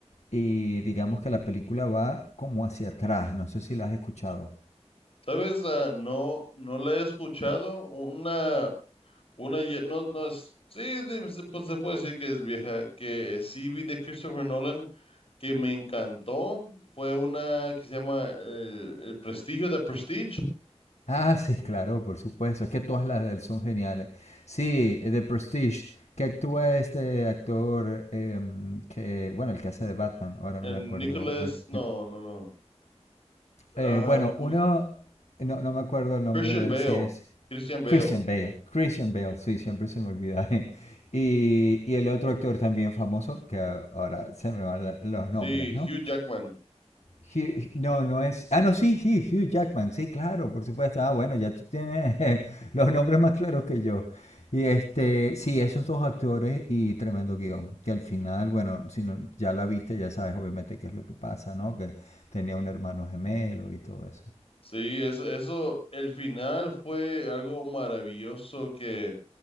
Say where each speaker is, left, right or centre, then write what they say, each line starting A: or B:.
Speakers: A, on the left; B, on the left.
A: y digamos que la película va como hacia atrás. No sé si la has escuchado.
B: ¿Sabes? Ah, no, no la he escuchado. Una, una, ye- no, no es, sí, de- se- pues se puede decir que es vieja, que sí vi de Christopher Nolan que me encantó fue una que se llama El, el Prestigio de Prestige.
A: Ah, sí, claro, por supuesto. Es que todas las de él son geniales. Sí, eh, The Prestige, que actúa este actor em, que, bueno, el que hace de Batman, ahora
B: El
A: no me acuerdo.
B: Nicholas,
A: el-
B: no,
A: el-
B: no, no. Ah,
A: eh, bueno,
B: ¿cómo
A: uno,
B: se-
A: no, no me acuerdo el nombre
B: Christian
A: de
B: Bale.
A: él, si es
B: Christian Bale.
A: Christian Bale. Christian Bale, sí, siempre se me olvida. <laughs> Y, y el otro actor también famoso, que ahora se me van la- los
B: Sí,
A: nombres, ¿no?
B: Hugh Jackman.
A: Hugh- no, no es. Ah, no, sí, sí, Hugh Jackman, sí, claro, por supuesto. Ah, bueno, ya tú tienes <laughs> los nombres más claros que yo. Y este, sí, esos dos actores y tremendo guión, que al final, bueno, si no, ya la viste, ya sabes obviamente qué es lo que pasa, ¿no? Que tenía un hermano gemelo y todo eso.
B: Sí, eso, eso, el final fue algo maravilloso que,